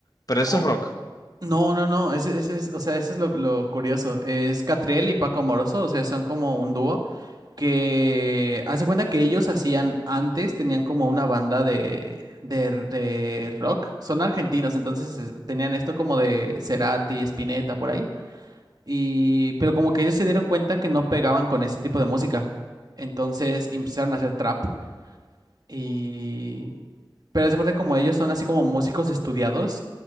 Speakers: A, on the left; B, on the right.
A: pero
B: Oh,
A: eso es rock.
B: No, no, no, ese, ese es, o sea, ese es lo, lo curioso, es Catriel y Paco Moroso, o sea, son como un dúo. que hace cuenta que ellos hacían antes, tenían como una banda de, de, de rock, son argentinos, entonces es- tenían esto como de Cerati, Spinetta, por ahí, y, pero como que ellos se dieron cuenta que no pegaban con ese tipo de música, entonces empezaron a hacer trap. Y... Pero haz de cuenta que como ellos son así como músicos estudiados,